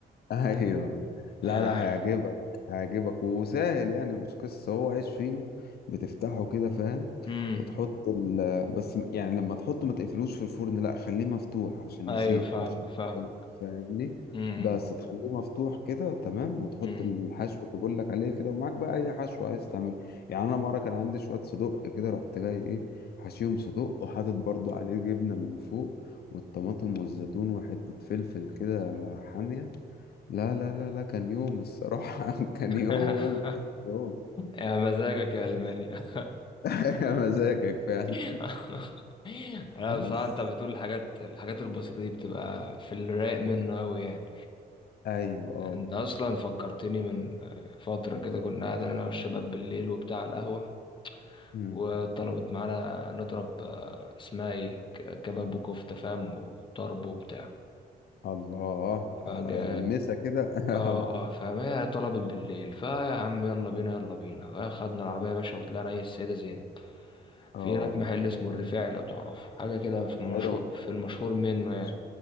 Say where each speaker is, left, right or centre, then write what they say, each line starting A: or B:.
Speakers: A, on the left (about 70°); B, on the left (about 30°).
A: ايوه
B: آه.
A: لا لا هيعجبك هيعجبك وسهل يعني مش قصه هو عيش فينو بتفتحه كده فاهم
B: امم
A: وتحط ال بس م- يعني لما تحطه ما تقفلوش في الفرن لا خليه مفتوح عشان
B: ايوه
A: يسيح
B: فاهمك
A: عشان
B: فاهمك
A: ياخد- فاهمني
B: امم
A: بس تخليه مفتوح كده تمام وتحط
B: امم
A: الحشو اللي بقول لك عليه كده ومعاك بقى اي حشو عايز تعمله يعني انا مره كان عندي شويه صدق كده رحت جاي ايه حشيهم صدق وحاطط برضو عليه جبنه من فوق والطماطم والزيتون وحته فلفل كده حاميه لا لا لا لا كان يوم الصراحة <laughs> كان
B: <laughs>
A: يوم كان يوم
B: يا مزاجك
A: بس
B: يا المانيا
A: <laughs> يا مزاجك فعلا
B: <laughs> لا
A: بس
B: بصراحه انت بتقول الحاجات الحاجات البسيطه دي بتبقى في الرايق منه قوي يعني
A: ايوه اه
B: انت اصلا فكرتني من فتره كده كنا قاعدين انا والشباب بالليل وبتاع على القهوه
A: مم.
B: وطلبت معانا نضرب آه، اسمها ايه ك- كباب وكفتة فاهم وطرب وبتاع
A: الله
B: فجا
A: المسا كده <laughs> اه
B: اه اه فاهم هي طلبت بالليل فيا عم يلا بينا يلا بينا خدنا العربية يا باشا وطلعنا ايه السيدة زينب
A: اه
B: في هناك محل اسمه الرفاعي لو تعرفه حاجة كده في المشهور
A: ايوه
B: في المشهور منه
A: مش-
B: يعني